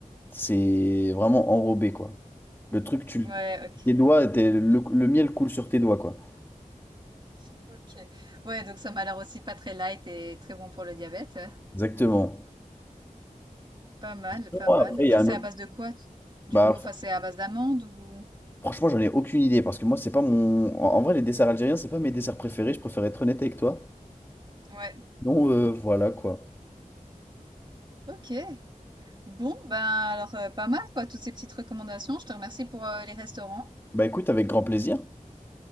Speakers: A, on the left; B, on the right.
A: c'est vraiment enrobé, quoi. Le truc, tu le-
B: Ouais, OK.
A: tes doigts, t'es- le, le miel coule sur tes doigts, quoi.
B: <laughs> OK. Ouais, donc ça m'a l'air aussi pas très light et très bon pour le diabète. hein.
A: Exactement.
B: Pas mal,
A: Sinon,
B: pas mal
A: après, il
B: et
A: y a
B: c'est
A: un autre.
B: à base de quoi, t du
A: Bah,
B: coup? Enfin, c'est à base d'amandes ou?
A: franchement, j'en ai aucune idée parce que moi, c'est pas mon. En en vrai, les desserts algériens, c'est pas mes desserts préférés. Je préfère être honnête avec toi.
B: Ouais.
A: Donc, euh, voilà, quoi.
B: OK. Bon, ben, alors, heu, pas mal quoi, toutes ces petites recommandations. Je te remercie pour, heu, les restaurants
A: Bah écoute, avec grand plaisir.